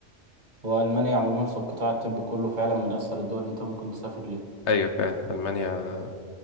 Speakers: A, on the right (about 40°); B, on the left (about 70°).
A: هو المانيا عموما في القطاع الطبي كله فعلا من اسهل الدول اللي انت ممكن تسافر ليها
B: ايوه فعلا المانيا